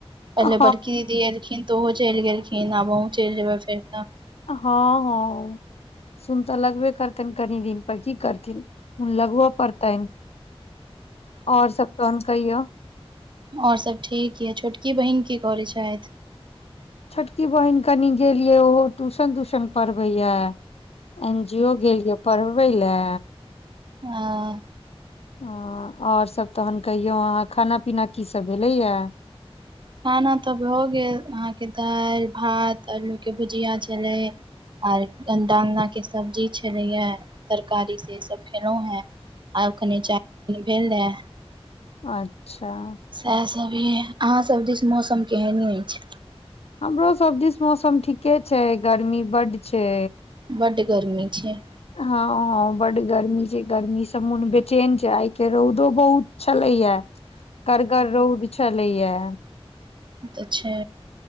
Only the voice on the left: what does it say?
हँ
हाँ हाँ सुन तऽ लगबे करतैन कनि दिन पर की करथिन मुन लगबय पड़तन आउर सब तहन काहियो
छोटकी बहिन कनि गेलियै ओहो ट्यूशन त्यूशन पढ़बैए एन जी ओ गेलियए पढ़बै ले
ह ओर सभशब तहन कहियौ अहाँ खाना पीना कीसब भेलैए
अच्छह
हमरो सब दिस मौसम ठीके छै गर्मी बड्ड छै
हाँ हाँ बड गर्मी छै गर्मीसे मोन बेचैन छै आइ के रौदो बहुत छलै या कर गर रउद छलैयए